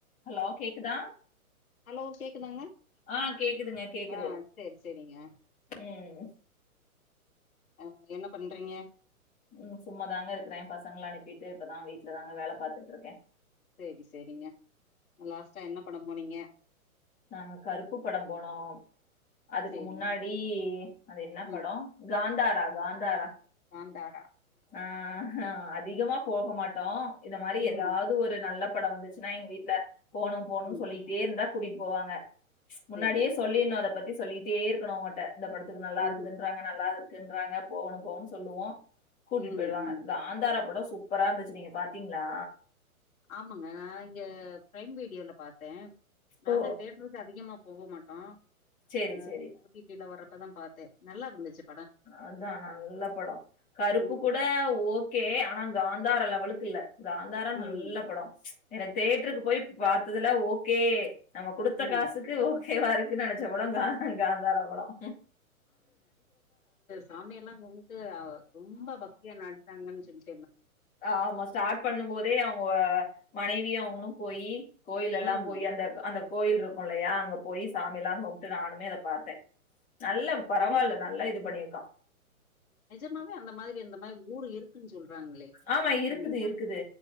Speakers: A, on the left; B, on the left.
A: ஹலோ கேக்குதா
B: ஹலோ கேக்குதாங்க
A: ஆ கேக்குதுங்க கேக்குது
B: ஆஹ் சேரி சேரிங்க
A: ம்
B: அஹ் என்ன பண்றீங்க
A: ம் சும்மாதாங்க இருக்குறே பசங்கள அனுப்பிட்டு இப்பதா வீட்லதாங்க வேல பாத்துட்ருக்கே
B: சேரி சேரிங்க லாஸ்டா என்ன படம் போனீங்க
A: நாங்க கருப்பு படம் போனோம் அதுக்கு
B: சேரிங்க
A: முன்னாடி அது என்ன படம்
B: ம்
A: காந்தாரா காந்தாரா
B: ஆந்தாரா
A: ஆஹ்ஹ அதிகமா போக மாட்டோ இந்த மாரி
B: ம்
A: ஏதாவது ஒரு நல்லப் பட வந்துச்சுனா எங்க வீட்டுல போணு போணும்னு
B: ம்
A: சொல்லிட்டே இருந்தா கூட்டிட்டு போவாங்க முன்னாடியே
B: சேரி சேரி
A: சொல்லிருணு அத பத்தி சொல்லிட்டே இருக்கணு அவங்கட்ட இந்த படத்துக்கு நல்லா
B: ம்
A: இருக்குதுன்றாங்க நல்லா குன்றாங்க போகணு போனு சொல்லுவோ கூட்டிட்டு
B: ம்
A: போயிடுவாங்க
B: ம்
A: காந்தாரா பட ஸ் பூப்பரா இருந்துச்சு நீங்க பாத்தீங்ளா
B: ஆமாங்க நா இங்க ப்ரைம் வீடியோல பாத்தே நாங்க
A: ஓ
B: தேட்ருக்கு அதிகமா போக மாட்டோ
A: சரி
B: அஹ
A: சரி
B: ஓடிடில வர்ரப்பதா பாத்தே நல்லாருந்துச்சு
A: அதா நல்ல பட கருப்பு
B: ம்
A: கூட ஓகே ஆனா காந்தாரா லெவலுக்கு இல்ல காந்தாரா நல்ல
B: ம்
A: பட ச் எனக் தேட்ருக்கு போய் பாத்ததுல ஓகே நம்ம குடுத்த
B: ம்
A: காசுக்கு ஓகேவா இருக்கு நினச்ச படம் கா காந்தாரா படம்
B: சாமியேல்லா கும்ட்டு அ ரொம்ப பக்தியா நடிச்சாங்கன் சொல்லி
A: அ ஆமா ஸ்டார்ட் பண்ணும் போதே அவுங்க மனைவியு அவங்ளு போயி கோயில் எல்லா
B: ம்
A: போய் அந்த க் அந்த கோயில் ருக்கு இல்லையா அங்க போய் சாமி எல்லா கும்ட்டு நானுமே அத பாத்தே நல்ல பரவால
B: நிஜ
A: நல்லா இது பண்ணியிருக்கா
B: நிஜமாவே அந்த மாதிரி அந்த மாதிரி ஊர் இருக்குன்னு சொல்றாங்களே
A: ஆமா இருக்குது
B: உண்மையா?
A: இருக்குது